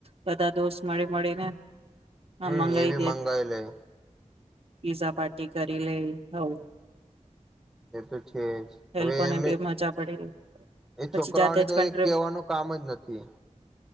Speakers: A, on the right; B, in the centre.
A: બધા દોસ્ત મળી મળીને, આ
B: હમ
A: મંગાઈ
B: એ બી
A: દઈએ,
B: મંગાવી લે
A: પીઝા પાર્ટી. કરી લઈ હવ
B: એ તો છે જ
A: એ
B: હવે
A: લોકોને
B: એને
A: બી મજા પડી
B: એ
A: પછી
B: છોકરાઓને
A: જાતે જ
B: તો
A: કંટ્રોલ
B: એ કેહેવાનું કામ જ નથી એ